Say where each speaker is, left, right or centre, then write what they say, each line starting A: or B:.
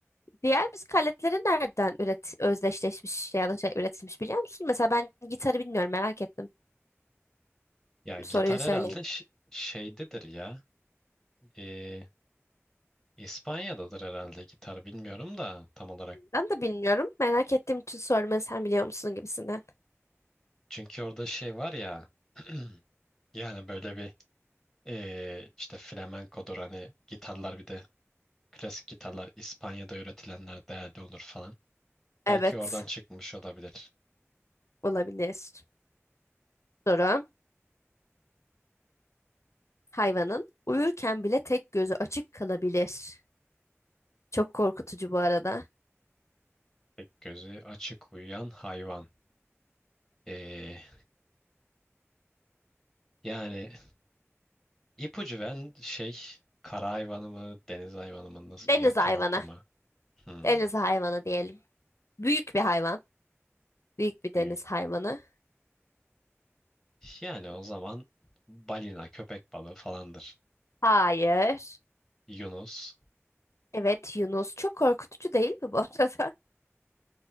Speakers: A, on the left (about 75°); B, in the centre.
A: Diğer müzik aletleri nereden üret özdeşleşmiş ya da şey üretilmiş biliyor musun? Mesela ben gitarı bilmiyorum merak ettim.
B: Ya gitar
A: Soruyu söyleyince.
B: herhalde ş- şeydedir ya. Ee, İspanya'dadır herhalde gitar, bilmiyorum da tam olarak.
A: Ben de bilmiyorum. Merak ettiğim için sorma sen biliyor musun gibisinden.
B: Çünkü orada şey var ya, <clears throat> yani böyle bir Ee, işte flamenkodur hani gitarlar bir de klasik gitarlar İspanya'da üretilenler değerli olur falan.
A: Evet
B: Belki oradan çıkmış olabilir.
A: olabilir. Soru. Hayvanın uyurken bile tek gözü açık kalabilir. Çok korkutucu bu arada.
B: Tek gözü açık uyuyan hayvan. Ee, yani ipucu veren şey kara hayvanı mı deniz hayvanı mı nasıl
A: Deniz
B: ya kanatlı
A: hayvanı.
B: mı? Hmm,
A: Deniz hayvanı diyelim. Büyük bir hayvan. Büyük bir deniz
B: büyük.
A: hayvanı.
B: Yani o zaman balina köpek balığı falandır.
A: Hayır.
B: Yunus.
A: Evet Yunus. Çok korkutucu değil mi bu arada?